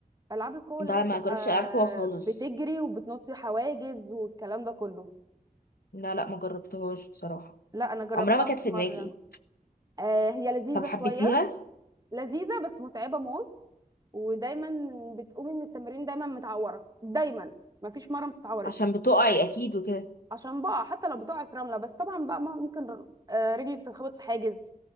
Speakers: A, on the right; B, on the left.
A: العاب القوه اللي
B: ده
A: هي بتبقى
B: ما جربش العاب قوه خالص
A: بتجري وبتنطي حواجز والكلام ده كله
B: لا لا ما جربتهاش بصراحه
A: لا انا جربتها
B: عمرها ما كانت في
A: مره
B: دماغي
A: آه هي لذيذه
B: طب حبيتيها
A: شويه لذيذه بس متعبه موت ودايما بتقومي من التمرين دايما متعوره دايما مفيش مره ما تتعوريش
B: عشان بتقعي اكيد وكده
A: عشان بقى حتى لو بتقعي في رمله بس طبعا بقى ما- ممكن ر- آه، رجلك تتخبط في حاجز